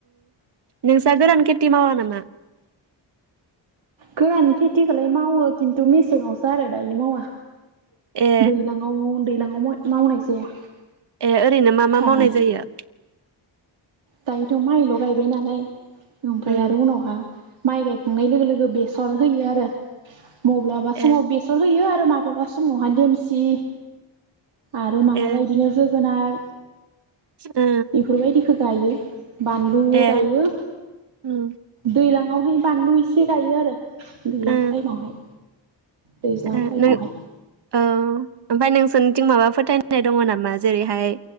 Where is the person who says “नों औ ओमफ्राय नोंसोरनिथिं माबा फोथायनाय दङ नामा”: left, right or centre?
Right